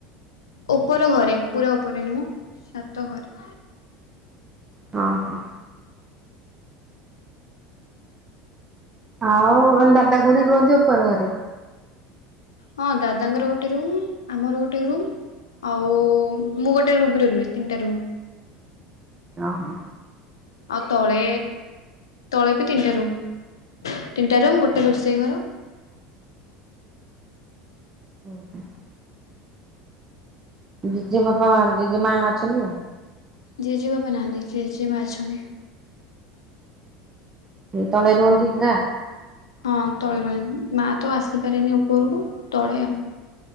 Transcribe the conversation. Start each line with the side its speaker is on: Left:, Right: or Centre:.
Left: ଉପର ଘରେ ପୁରା ଉପରେ ନୁହଁ ମୁଁ ଛାତ ଘରେ।
Right: ହଁ ହଁ। ଆଉ ଦାଦା ଖୁଡି ରୁଅନ୍ତି ଓପର ଘରେ।
Left: ହଁ ଦାଦାଙ୍କର ଗୋଟେ ରୁମ୍ ଆମର ଗୋଟେ ରୁମ୍। ଆଉ ମୁଁ ଗୋଟେ ରୁମରେ ରୁହେ ତିନିଟା ରୁମ୍।
Right: ଓ ହୋ।
Left: ଆଉ ତଳେ ତଳେ ବି ତିନିଟା ରୁମ୍ ତିନିଟା ରୁମ୍ ଗୋଟେ ରୋଷେଇ ଘର।
Right: ହୁଁ। ଜେଜେ ବାପା ଜେଜେ ମା ଅଛନ୍ତି ନା?
Left: ଜେଜେ ବାପା ନାହାଁନ୍ତି ଜେଜେ ମା ଅଛନ୍ତି।
Right: ସେ ତଳେ ରୁହନ୍ତି ନା?
Left: ହଁ ତଳେ ରୁହ ମା ତ ଆସିପାରେନି ଓପରକୁ ତଳେ ଆଉ।